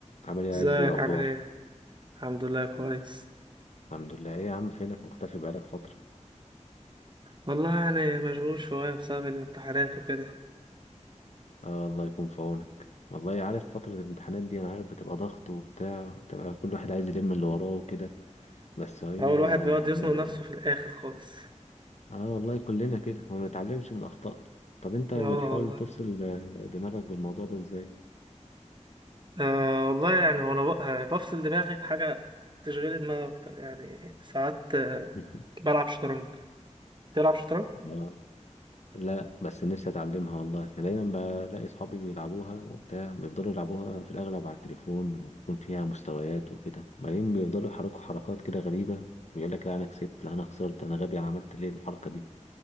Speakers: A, on the left; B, on the right.
A: عامل ايه
B: ازيك
A: يا عز إيه الاخبار
B: عامل ايه؟ الحمد لله كويس
A: الحمد لله ايه يا عم فينك مختفي بقالك فتره
B: والله يعني مشغول شوية بسبب الامتحانات وكده
A: آه الله يكون في عونك والله عارف فتره الامتحانات دي انا عارف بتبقى ضغط وبتاع بتبقى كل واحد عايز يلم اللي وراه وكده بس هي
B: هو الواحد بيقعد
A: يعني
B: يزنق نفسه في الآخر خالص
A: اه والله كلنا كده وما نتعلمش من اخطائنا طب انت بتحاول
B: اه والله
A: تفصل آه، دماغك بالموضوع ده ازاي
B: آه والله يعني وانا ب- آه، بفصل دماغي بحاجة تشغيل دماغي أكتر يعني ساعات آه،
A: <laughs>
B: بلعب شطرنج تلعب شطرنج؟
A: اه لا بس نفسي اتعلمها والله أنا دايما بلاقي اصحابي بيلعبوها وبتاع بيفضلوا يلعبوها في الاغلب على التليفون ويكون فيها مستويات وكده بعدين بيفضلوا يحركوا حركات كده غريبة بيقول لك لا انا كسبت لا انا خسرت انا غبي انا عملت ليه الحركة دي